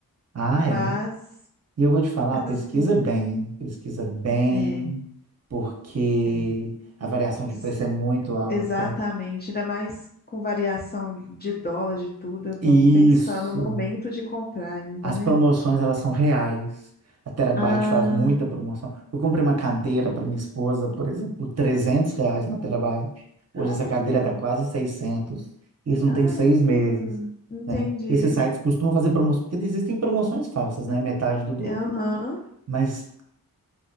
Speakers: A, on the right; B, on the left.
A: Ah,
B: Mas,
A: é. E eu vou te falar,
B: mas
A: pesquisa
B: assim,
A: bem, pesquisa bem,
B: é,
A: porque
B: é.
A: a variação de
B: s-
A: preço é muito alta.
B: Exatamente. Ainda mais com variação de dólar, de tudo, eu tô
A: E
B: pensando
A: Isso.
B: o momento de comprar ainda,
A: As
B: né?
A: promoções, elas são reais. A Terabyte
B: Ah,
A: faz muita promoção. Eu comprei uma cadeira para minha esposa, por exemplo, por 300 reais na Terabyte. Hoje
B: caramba,
A: essa cadeira está quase seiscentos Isso
B: caramba.
A: não tem seis meses,
B: Entendi.
A: né? Esses sites costumam fazer promoções, porque existem promoções falsas, né? Metade do dobro.
B: Aham.
A: Mas